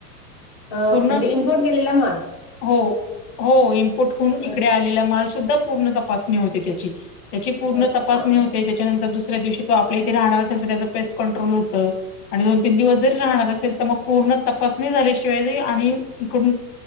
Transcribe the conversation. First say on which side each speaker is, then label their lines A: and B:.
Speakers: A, on the left (about 20°); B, on the left (about 65°).
A: अह
B: पूर्ण
A: म्हणजे इम्पोर्ट केलेला माल
B: हो हो इम्पोर्टहून
A: अ,
B: इकडे आलेला माल सुद्धा पूर्ण तपासणी होते त्याची त्याची पूर्ण
A: हा,
B: तपासणी
A: अ, अ,
B: होते त्याच्यानंतर दुसऱ्या दिवशी तो आपल्या इथे राहणार असेल तर त्याचा पेस्ट कण्ट्रोल होत आणि दोन तीन दिवस जरी राहणार असेल तर मग पूर्ण तपासणी झाल्याशिवाय आणि इकडून